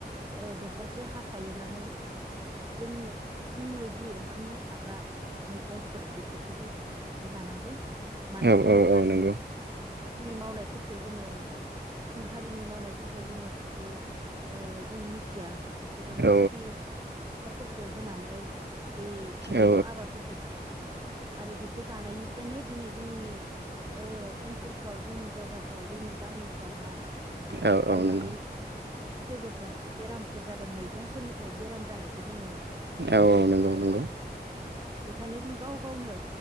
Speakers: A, on the right; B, on the right.
A: ओ दखरसे हा थायोब्लानो जोङो जोंनो जोंनो जि ओंखाम जाग्रा मैगं फोर बेफोरखौ जों गायनानै लानांगौ मानो
B: औ
A: होनोब्ला
B: औ औ नंगौ
A: जोङो जोंनि मावनायफोरखौ जोङो गुबुन हारिनि मावनायफोरखौ जोङो ओ ओ जों मिथिया बिसोरो माबायदि
B: औ
A: हासारफोरखौ होनानै बे मैगं
B: औ
A: आबादफोरखौ आरो बेखौ जानायनिफ्रायनो दिनै जोंनि ओ ओनसोल फ्राव जोंनि जायगाफ्राव जोंनि गामि फ्रावहा बेबायदि
B: औ
A: बायनानै
B: औ नंगौ
A: गेजेरजों बेरामफोर जादों मैगंफोरनिफ्राय बेराम जानायखौ जोङो
B: औ
A: ओ
B: औ नंगौ नंगौ
A: बेखायनो जों गाव गावनो